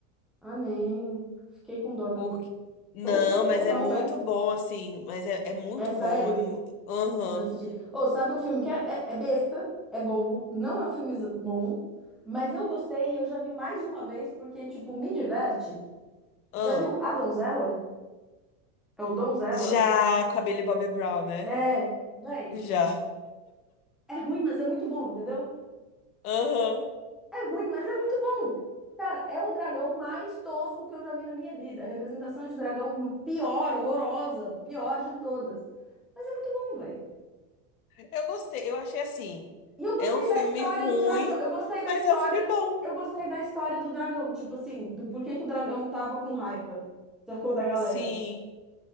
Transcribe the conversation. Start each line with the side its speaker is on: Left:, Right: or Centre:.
Centre: ah, nem. Fiquei com dó da
Left: Porque.
Centre: menina.
Left: Não,
Centre: Ou tinha,
Left: mas
Centre: ou
Left: é
Centre: não,
Left: muito
Centre: né?
Left: bom, assim. Mas é, é muito
Centre: É sério.
Left: bom. É mu... Aham.
Centre: Eu vou assistir. Ô, sabe um filme que é, é, é besta, é bobo, não é um filme z- bom, mas eu gostei e eu já vi mais de uma vez porque, tipo, me diverte.
Left: ahn.
Centre: Já viu A Donzela? É o Donzela?
Left: Já com a Billy Bobby Brown, né?
Centre: É, véi.
Left: Já.
Centre: É ruim, mas é muito bom, entendeu?
Left: Aham.
Centre: É ruim, mas é muito bom. Cara, é o dragão mais tosco que eu já vi na minha vida. Representação de dragão pior, horrorosa, pior de todas. Mas é muito bom, velho.
Left: Eu gostei. Eu achei assim.
Centre: E eu gostei
Left: É um filme
Centre: da história
Left: ruim,
Centre: do dragão. Eu gostei da
Left: mas
Centre: história.
Left: é um filme bom.
Centre: Eu gostei da história do dragão. Tipo assim, do porquê que o dragão tava com raiva. Sacou da galera.
Left: Sim.